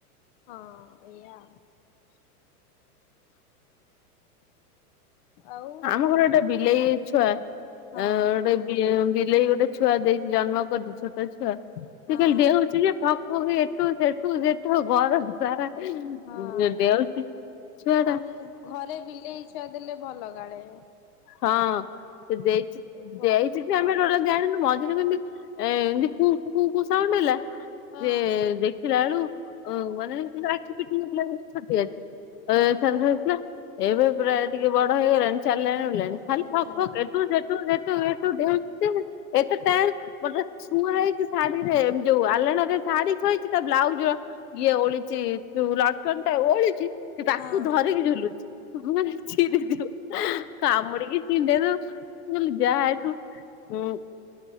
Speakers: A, on the left; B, on the left.
A: ହଁ ଏଇଆ ଆଉ?
B: ଆମ ଘରେ ଗୋଟେ ବିଲେଇ ଛୁଆ ଅ
A: ହଁ
B: ଗୋଟେ ଏ ବିଲେଇ ଗୋଟେ ଛୁଆ ଦେଇଛି ଜନ୍ମ କରିଛିି ଛୋଟ ଛୁଆ ସେ
A: ହଁ।
B: ଖାଲି ଡେଉଁଛି ଯେ ଖାପୁ କି ଏଠୁ ସେଠୁ ସେଠୁ ଘର ହୁଁ। ସାରା ଉଁ
A: ହଁ
B: ଡେଉଁଛି ଛୁଆ ଟା।
A: ଆମ ଘରେ ବିଲେଇ ଛୁଆ ଦେଲେ ଭଲ କାଳେ।
B: ହଁ ସେ ଦେଇଛିତ୍
A: ଶୁଭ।
B: ଦେଇଛିତ୍ ଆମେ ଟୋଟାଲି ଜାଣିନୁ ମଝିରେ କେମିତି ଏ ଏମିତି କୁଁ କୁଁ କୁଁ ସାଉଣ୍ଡ ହେଲା
A: ହୁଁ
B: ସେ ଦେଖିଲା ଆଳୁ ଅ ମାନେ କିନ୍ତୁ ଆଖି ଫିଟି ନ ଥିଲା ଛଟିଆଟି।
A: ହୁଁ
B: ଏ ତାଙ୍କ ଘରେ ଥିଲା ଏବେ ପୁରା ଟିକେ ବଡ ହେଇଗଲାଣି ଚାଲିଲାଣି ବୁଲିଲାଣି ଖାଲି
A: ହୁଁ ହୁଁ
B: ଫକ୍ ଫକ୍ଏଠୁ ସେଠୁ ସେଠୁ ଏଠୁ ଡେଉଁଛି ଯେ ଏତେ ଟାଣ ଗୋଟେ ଛୁଆ ହେଇଚି ଶାଢୀରେ ଯୋଉ ଆଲେଣାରେ ଶାଢୀ ଥୁଆହେଇ ଚି ତା ବ୍ଲାଉଜ ଇଏ ଓହଳିଛି ଯଉ ଲଣ୍ଠନ ଟା ଓହଳିଚି ସେ ତାକୁ
A: ହଁ
B: ଧରିକି ଝୁଲୁଛି ମୁଁ କହିଲି ଛିରି ଯିବ କାମୁଡି ଛିଣ୍ଡେଇ ଦବ ମୁଁ କହିଲି ଯା ଏଠୁ ଉଁ